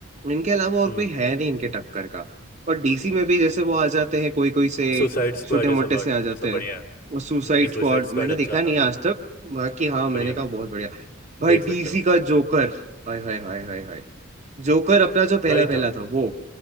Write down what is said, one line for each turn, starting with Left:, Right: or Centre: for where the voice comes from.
Right: इनके अलावा और
Left: हम्म
Right: कोई है नहीं इनके टक्कर का और डीसी में भी जैसे वो आ जाते हैं कोई कोई से
Left: सुसाइड स्क्वाड
Right: छोटे
Left: ये सब
Right: मोटे
Left: आ
Right: से
Left: गया
Right: आ
Left: ये
Right: जाते
Left: सब बढ़िया
Right: हैं
Left: है
Right: वो सुसाइड
Left: इस सुसाइड
Right: स्क्वाड
Left: स्क्वाड
Right: मैंने
Left: अच्छा
Right: देखा नहीं
Left: था
Right: आज तक बाकी हाँ
Left: बढ़िया
Right: मैंने कहा
Left: था
Right: बहुत बढ़िया भाई
Left: देख सकते
Right: डीसी
Left: हो
Right: का जोकर हाय हाय हाय हाय हाय जोकर अपना जो पहला
Left: सही
Right: पहला
Left: था
Right: था वो